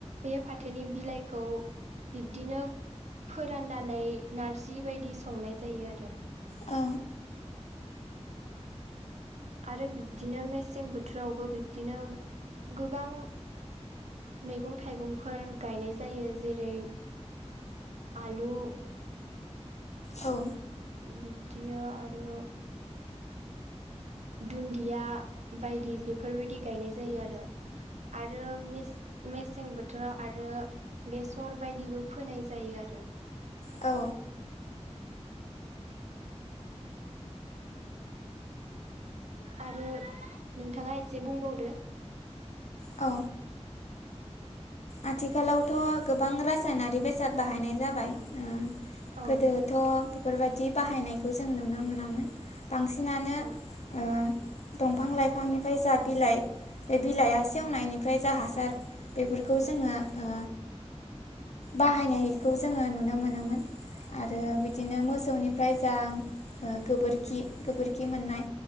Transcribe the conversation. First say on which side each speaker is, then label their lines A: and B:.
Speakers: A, on the right; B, on the left.
A: बे फाथोनि बिलाइखौ बिब्दिनो फोराननानै नारजि बायदि संनाय जायो आरो
B: औ
A: आरो बिब्दिनो मेसें बोथोरावबो बिब्दिनो गोबां मैगं थाइगंफोर गायनाय जायो जेरै आलु
B: औ
A: बिब्दिनो आरो दुन्दिया बायदि बेफोरबायदि गायनाय जायो आरो आरो मेसे मेसें बोथोराव आरो बेसर बायदिबो फोनाय जायो आरो।
B: औ
A: आरो नोंथाङा एसे बुंबावदो
B: औ आथिखालावथ' गोबां रासायनारि बेसाद बाहायनाय जाबाय ओ
A: औ
B: गोदो थ' बेफोरबायदि बाहायनायखौ जों नुनो मोनामोन बांसिनानो
A: औ
B: ओ दंफां लाइफांनिफ्राय जा बिलाइ बे बिलाइआ सेवनायनिफ्रायसो जा हासार बेफोरखौ जोङो ओ बाहायनायखौ जोङो नुनो मोनोमोन। आरो बिदिनो मोसौनिफ्राय जा ओ गोबोरखि गोबोरखि मोननाय